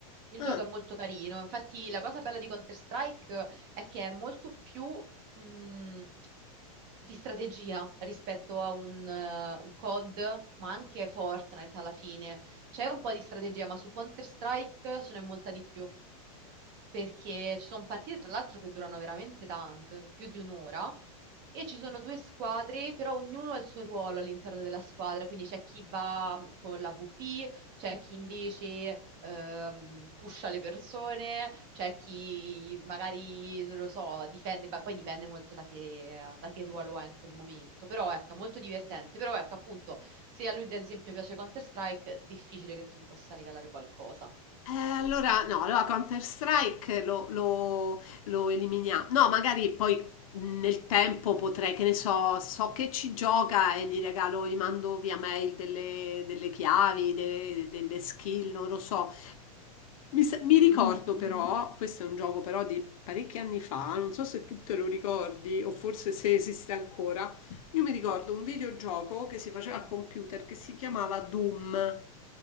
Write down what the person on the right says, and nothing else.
il
gioco è molto carino, infatti la cosa bella di Counter-Strike è che è molto più mh, di strategia rispetto a un, eh, un COD, ma anche Fortnite alla fine. C'è un po' di strategia, ma su Counter-Strike ce n'è molta di più, perché ci sono partite tra l'altro che durano veramente tanto, eh, più di un'ora, e ci sono due squadre, però ognuno ha il suo ruolo all'interno della squadra, quindi c'è chi va mm, con l'AVP, c'è chi invece ehm, pusha le persone, c'è chi magari, non lo so, difende, ma poi dipende molto da che, da che ruolo ha in quel momento. Però ecco, è molto divertente. Però ecco, appunto, se a lui ad esempio piace Counter-Strike, difficile che tu gli possa regalare qualcosa.
Mm,
mhm.